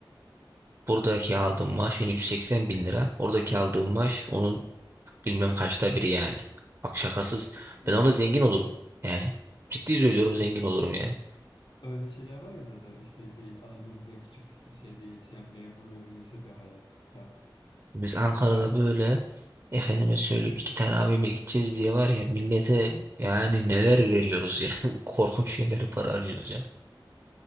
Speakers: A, on the right; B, on the left.
A: buradaki aldığım maaş yani 180 bin lira. Oradaki aldığım maaş onun bilmem kaçta biri yani. Bak şakasız.
B: <laughs>
A: Ben orada zengin olurum. Yani ciddi söylüyorum
B: Evet.
A: zengin olurum yani.
B: Öyle şeyler var ya zaten işte şey Anadolu'da küçük şeyde yaşayan memurların yaşadığı hayatta.
A: Biz Ankara'da
B: Abi,
A: böyle efendime söyleyip iki tane abime gideceğiz diye var ya millete yani neler veriyoruz yani. <laughs> Korkunç şeyleri para harcıyoruz yani.